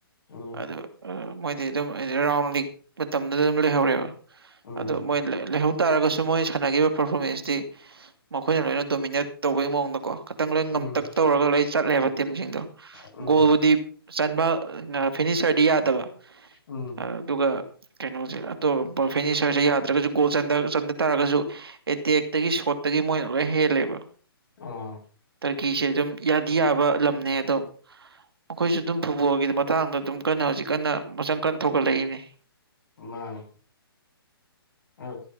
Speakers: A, on the left (about 55°); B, on the right (about 70°).
A: ꯎꯝ
B: ꯑꯗꯣ ꯃꯣꯏꯗꯤ ꯑꯗꯨꯝ ꯔꯥꯎꯟ ꯂꯤꯛ ꯃꯇꯝꯗꯨꯗꯥ ꯑꯗꯨꯝ ꯂꯩꯍꯧꯔꯦꯕ
A: ꯎꯝ
B: ꯑꯗꯣ ꯃꯣꯏ ꯂꯩꯍꯧ ꯇꯥꯔꯒꯥꯁꯨ ꯃꯣꯏꯅ ꯁꯥꯟꯅꯈꯤꯕ ꯄꯔꯐꯣꯔꯃꯦꯟꯁꯇꯤ ꯃꯈꯣꯏꯅ ꯂꯣꯏꯅ ꯗꯣꯃꯤꯅꯦꯠ ꯇꯧꯕꯩ ꯃꯑꯣꯡꯗꯀꯣ ꯈꯥꯇꯪ ꯂꯣꯏ ꯉꯝꯇꯛ
A: ꯎꯝ
B: ꯇꯧꯔꯒꯥ ꯂꯣꯏ ꯆꯠꯂꯦꯕ ꯇꯤꯝꯁꯤꯡꯗꯣ
A: ꯎꯝ
B: ꯒꯣꯜꯕꯨꯗꯤ ꯆꯟꯕ ꯐꯤꯅꯤꯆꯔꯗꯤ ꯌꯥꯗꯕ
A: ꯎꯝ
B: ꯑꯗꯨꯒ ꯀꯩꯅꯣꯁꯦ ꯑꯇꯣꯞꯄ ꯐꯔꯅꯤꯆꯔꯁꯦ ꯌꯥꯗ꯭ꯔꯒꯁꯨ ꯒꯣꯜ ꯆꯟꯗ ꯆꯟꯗꯇꯥꯔꯒꯁꯨ ꯑꯦꯇꯦꯛꯇꯒꯤ ꯁꯣꯔꯠꯇꯒꯤ ꯃꯣꯏꯅ ꯂꯣꯏ ꯍꯦꯜꯂꯦꯕ
A: ꯑꯣ
B: ꯇꯔꯀꯤꯁꯦ ꯑꯗꯨꯝ ꯌꯥꯗꯤ ꯌꯥꯕ ꯂꯝꯅꯦ ꯑꯗꯣ ꯃꯈꯣꯏꯁꯨ ꯑꯗꯨꯝ ꯐꯨꯠꯕꯣꯜꯒꯤ ꯃꯇꯥꯡꯗ ꯑꯗꯨꯝ ꯀꯟꯅ ꯍꯧꯖꯤꯛ ꯀꯟꯅ ꯃꯆꯪ ꯀꯟꯅ ꯊꯣꯛꯒꯠꯂꯛꯏꯅꯤ
A: ꯃꯥꯅꯦ ꯑ